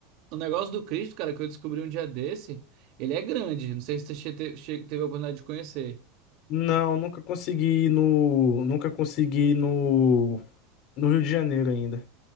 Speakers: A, on the right; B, on the left.
A: o negócio do Cristo, cara, que eu descobri um dia desse, ele é grande. Não sei se você che- te- che- teve a oportunidade de conhecer.
B: Não, nunca consegui ir no nunca consegui ir no no Rio de Janeiro ainda.